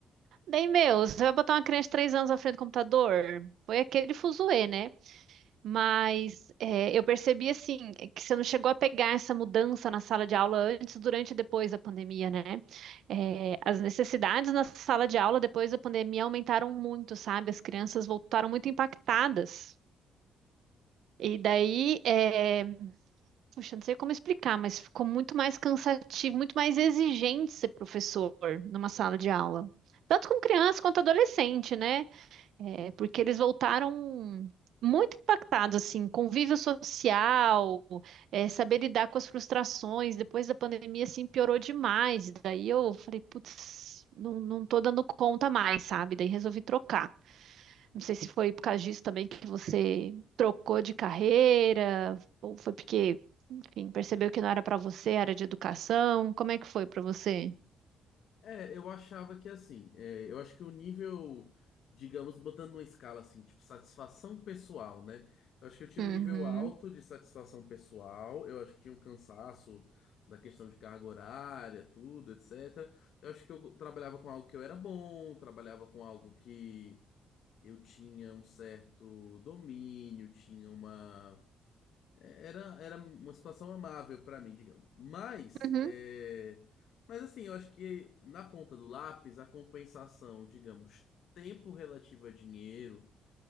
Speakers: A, on the right (about 75°); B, on the left (about 70°).
A: Daí, meu, você vai botar uma criança de três anos na frente do computador? Foi aquele fuzuê, né? Mas é, eu percebi assim é que você não chegou a pegar essa mudança na sala de aula antes, durante e depois da pandemia, né? É, as necessidades na sala de aula depois da pandemia aumentaram muito, sabe? As crianças voltaram muito impactadas. E daí, é, puxa, não sei como explicar, mas ficou muito mais cansativo, muito mais exigente ser professor numa sala de aula. Tanto com criança quanto adolescente, né? É, porque eles voltaram muito impactados, assim, convívio social, é, saber lidar com as frustrações, depois da pandemia, assim, piorou demais. Daí eu falei, putz, não, não tô dando conta mais, sabe? Daí resolvi trocar. Não sei se foi por causa disso também que você trocou de carreira, ou foi porque, enfim, percebeu que não era para você, era de educação. Como é que foi para você?
B: É, eu achava que assim, é, eu acho que o nível, digamos, botando numa escala assim, tipo satisfação pessoal, né? Eu acho que eu tinha
A: Uhum,
B: um nível alto de satisfação pessoal, eu acho que tinha um cansaço da questão de carga horária, tudo, etc. Eu acho que eu trabalhava com algo que eu era bom, trabalhava com algo que eu tinha um certo domínio, tinha uma era, era uma situação amável pra mim, digamos. Mas,
A: uhum,
B: é, mas assim, eu acho que na ponta do lápis, a compensação, digamos, tempo relativo a dinheiro,